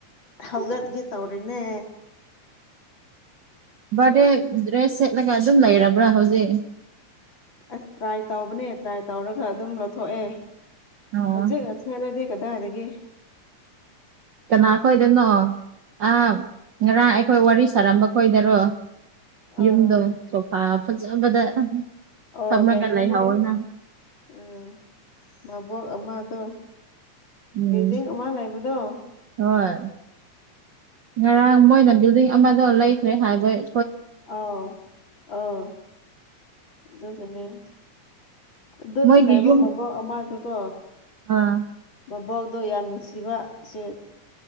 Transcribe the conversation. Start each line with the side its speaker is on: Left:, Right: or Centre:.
Left: ꯍꯧꯒꯠꯀ‌ꯦ ꯇꯧꯔ‌ꯦꯅꯦ꯫
Right: ꯕꯥꯔꯗꯦ ꯗ꯭ꯔꯦꯁ ꯁꯦꯠꯂꯒ ꯑꯗꯨꯝ ꯂꯩꯔꯕ꯭ꯔꯥ ꯍꯧꯖꯤꯛ꯫
Left: ꯑꯁ ꯇ꯭ꯔꯥꯏ ꯇꯧꯕꯅꯦ ꯇ꯭ꯔꯥꯏ ꯇꯧꯔꯒ ꯑꯗꯨꯝ ꯂꯧꯊꯣꯛꯑꯦ
Right: ꯑꯣ
Left: ꯍꯧꯖꯤꯛ꯫ ꯁ‌ꯦꯠꯂꯗꯤ ꯀꯗꯥ ꯗꯒꯤ꯫
Right: ꯀꯅꯥ ꯈꯣꯏꯗꯅꯣ꯫ ꯑꯥ ꯉꯔꯥꯡ ꯑꯩꯈꯣꯏ ꯋꯥꯔꯤ ꯁꯥꯔꯝꯕ ꯀꯣꯏꯗꯔꯣ꯫
Left: ꯑꯥ
Right: ꯌꯨꯝꯗꯣ ꯁꯣꯐꯥ ꯐꯖꯕꯗ
Left: ꯑꯣ
Right: ꯊꯝꯂꯒ
Left: ꯀꯩꯅꯣꯅꯦ
Right: ꯂꯩꯍꯧ ꯏ ꯅꯪ꯫
Left: ꯎꯝ ꯃꯕꯣꯛ ꯑꯃꯗꯣ
Right: ꯎꯝ
Left: ꯕꯤꯜꯗꯤꯡ ꯑꯃ ꯂꯩꯕꯗꯣ꯫
Right: ꯍꯣꯏ ꯉꯔꯥꯡ ꯃꯣꯏꯅ ꯕꯤꯜꯗꯤꯡ ꯑꯃꯗꯣ ꯂꯩꯈ꯭ꯔꯦ ꯍꯥꯏꯕꯩ꯫
Left: ꯑꯥꯎ ꯑꯥꯎ ꯑꯗꯨꯅ‌ꯦ꯫ ꯑꯗꯨꯗ
Right: ꯃꯣꯏꯒꯤ
Left: ꯂꯩꯕ
Right: ꯌꯨꯝ
Left: ꯃꯕꯣꯛ ꯑꯃꯗꯨꯀꯣ꯫
Right: ꯑꯥ꯫
Left: ꯃꯕꯣꯛꯗꯣ ꯌꯥꯝ ꯅꯨꯡꯁꯤꯕꯁꯦ꯫